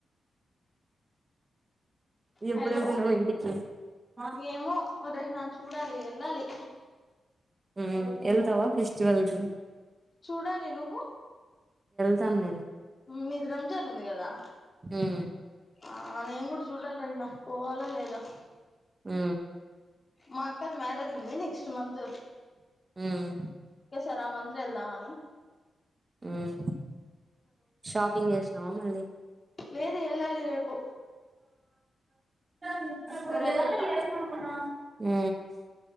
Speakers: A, on the right; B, on the left.
A: ఎప్పుడు
B: హలో
A: వెళ్తున్నావు ఇంటికి హా
B: ఏమో చూడాలి ఎళ్ళాలి
A: ఉ ఎల్తవ ఫెస్టివల్ కి
B: చూడాలి నువ్వు
A: తను నేను
B: మీది రంజాన్ ఉంది కదా
A: ఉమ్,
B: ఆ నేను కూడా చూడాలి రెహనా పోవాలో లేదో
A: మ్
B: మా అక్కది మ్యారేజ్ ఉంది నెక్స్ట్ మంత్
A: ఉమ్,
B: సార్ ఆ మంత్ లో వెళ్దామని.
A: ఉమ్. షాపింగ్ చేసినావా మళ్ళీ
B: లేదు ఎల్లాలి రేపు
A: ఆ <unintelligible>
B: రేపు వెళ్తా
A: ఊ